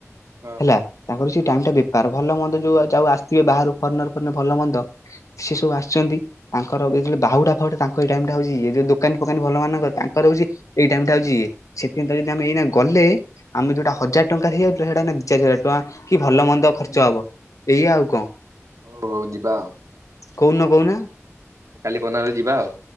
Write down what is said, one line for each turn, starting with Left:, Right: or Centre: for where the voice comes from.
Right: ହଁ।
Left: ହେଲା। ତାଙ୍କର ସେ ଟାଇମ୍ ଟା ବେପାର ଭଲ ମନ୍ଦ ଯୋଉ ଯାଉଉ ଆସିଥିବେ ବାହାରୁ ଫନର ଭଲ ମନ୍ଦ। ସେ ସବୁ ଆସିଛନ୍ତି। ତାଙ୍କର ଏ ବାହୁଡା ଫାହୁଡା ତାଙ୍କ ଏଇ ଟାଇମ୍ ଟା ହୋଉଛି। ଯୋଉ ଦୋକାନୀ ଫୋକାନୀ ଭଲ ମାନଙ୍କ ତାଙ୍କର ହୋଉଛି। ଏଇ ଟାଇମ୍ ଟା ହୋଉଛି ସେଥିପାଇଁ ତ ଯଦି ଆମେ ଏଇନା ଗଲେ। ଆମେ ଯୋଉଟା ହଜାର ଟଙ୍କା ହେଇଯାଉଥିଲା ସେଇଟା ଆମେ ଦି ଚାରିଶ ହଜାର ଟଙ୍କା କି ଭଲ ମନ୍ଦ ଖର୍ଚ୍ଚ ହବ। ଏଇଆ ଆଉ କଣ?
Right: ହୋଉ ହୋଉ ଯିବା ଆଉ।
Left: କୋଉଦିନ କହୁନ?
Right: କାଲି ପନରେ ଯିବା ଆଉ।